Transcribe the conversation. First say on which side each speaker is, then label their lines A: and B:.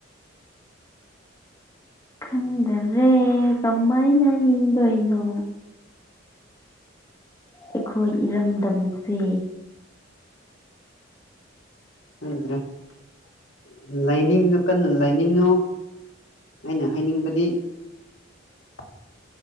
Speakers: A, on the left (about 15°); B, on the left (about 65°).
A: ꯈꯪꯗꯔꯦ ꯀꯃꯥꯏꯅ ꯍꯤꯡꯗꯣꯏꯅꯣ ꯑꯩꯈꯣꯏ ꯏꯔꯝꯗꯝꯁꯦ
B: ꯎ ꯍꯗ꯭ꯔꯦ <unintelligible> ꯂꯥꯏꯅꯤꯡꯗꯨ ꯀꯟꯅ ꯂꯥꯏꯅꯤꯡꯉꯣ ꯑꯩꯅ ꯍꯥꯏꯅꯤꯡꯕꯗꯤ <unintelligible>